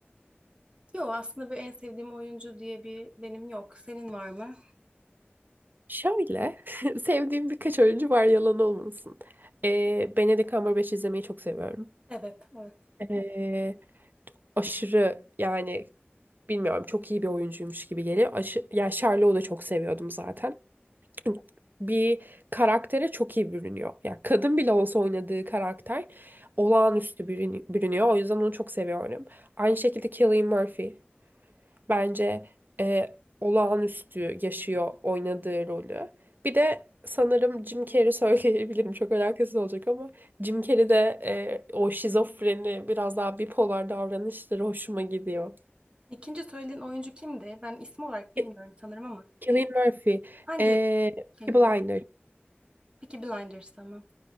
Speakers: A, on the right (about 25°); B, on the right (about 50°).
A: Yok aslında bir en sevdiğim oyuncu diye bir benim yok. Senin var mı?
B: Şöyle, <laughs> sevdiğim birkaç oyuncu var yalan olmasın. Ee, Benedict Cumberbatch izlemeyi çok seviyorum.
A: Evet, evet.
B: Ee, aşırı yani bilmiyorum çok iyi bir oyuncuymuş gibi geliyor. Aşı, ya Sherlock'u da çok seviyordum zaten. <clears throat> Bir karaktere çok iyi bürünüyor. Ya kadın bile olsa oynadığı karakter olağanüstü bürün- bürünüyor. O yüzden onu çok seviyorum. Aynı şekilde Cillian Murphy bence e, olağanüstü yaşıyor oynadığı rolü. Bir de sanırım Jim Carrey <laughs> söyleyebilirim. Çok alakasız olacak ama Jim Carrey'de e, o şizofreni biraz daha bipolar davranışları hoşuma gidiyor.
A: İkinci söylediğin oyuncu kimdi? Ben isim olarak bilmiyorum
B: Ki-
A: sanırım ama
B: Cillian Murphy,
A: hangi
B: e,
A: filmdi
B: Peaky Blinders,
A: o? Peaky Blinders'ta mı?